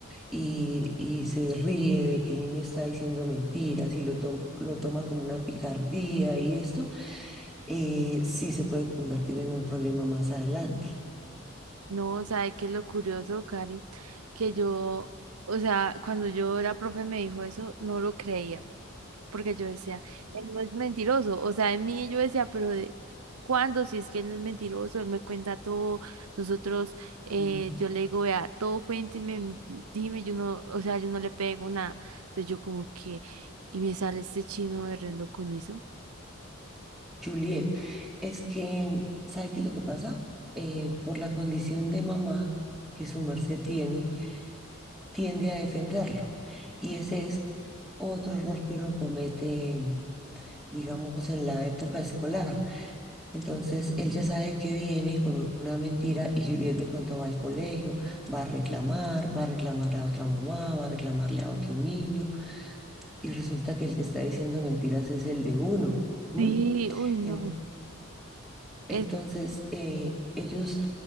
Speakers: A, in the centre; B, on the right (about 85°).
A: y, y se ríe de que el niño está diciendo mentiras y lo, to- lo toma como una picardía y esto, eh, sí se puede convertir en un problema más adelante.
B: No, o sea, es que lo curioso, Cari, que yo, o sea, cuando yo la profe me dijo eso, no lo creía, porque yo decía, él no es mentiroso. O sea, en mí yo decía, pero de, ¿cuándo? Si es que él no es mentiroso, él me cuenta todo. Nosotros, eh,
A: Mm.
B: yo le digo, vea, todo cuénteme, m- dime, yo no, o sea, yo no le pego nada. Entonces yo como que, y me sale este chino berreando con eso.
A: Juliet, es que, ¿sabe qué es lo que pasa? Eh, por la condición de mamá que su merced tiene, tiende a defenderlo. Y ese es otro error que uno comete, digamos, en la época escolar. Entonces, él ya sabe que viene con una mentira y Juliet de pronto va al colegio, va a reclamar, va a reclamarle a otra mamá, va a reclamarle a otro niño y resulta que el que está diciendo mentiras es el de uno. ¿m?
B: Sí, uy, no,
A: En-
B: es,
A: Entonces, eh, ellos